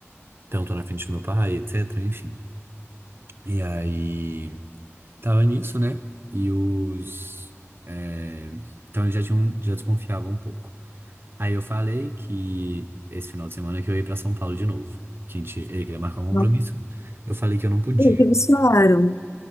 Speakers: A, on the right; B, on the left.
A: Então, tô na frente do meu pai, etc, enfim. E aí, tava nisso, né? E os... é, Então, eles já tinham, já desconfiavam um pouco. Aí eu falei que esse final de semana que eu ia pra São Paulo de novo. Que a gente, ele queria marcar um compromisso.
B: Não
A: Eu falei que eu não podia.
B: sei o que eles falaram.